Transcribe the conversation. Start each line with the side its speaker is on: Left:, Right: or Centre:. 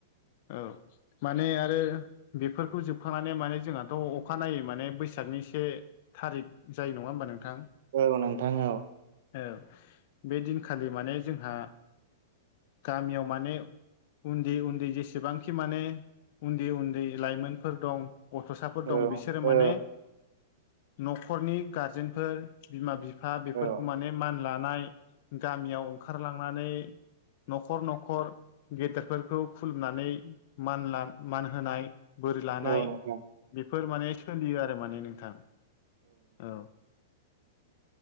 Left: औ माने आरो बेफोरखौ जोबखांनानै माने जोंहाथ' अखानायै माने बैसागनि से थारिक जायो नङा होमबा नोंथां?
Right: औ नोंथां औ
Left: औ बे दिनखालि माने जोंहा गामियाव माने उन्दै उन्दै जेसेबांखि माने उन्दै उन्दै लाइमोनफोर दं। गथ'साफोर
Right: औ
Left: दं बिसोरो माने
Right: औ
Left: न'खरनि गारजेनफोर बिमा बिफा फ्रा बेफोरखौ
Right: औ
Left: माने मान लानाय गामियाव ओंखारलांनानै न'खर न'खर गेदेरफोरखौ खुलुमनानै मान मान होनाय बोर लानाय
Right: औ नोंथां औ
Left: बेफोर माने सोलियो आरो माने नोंथां। औ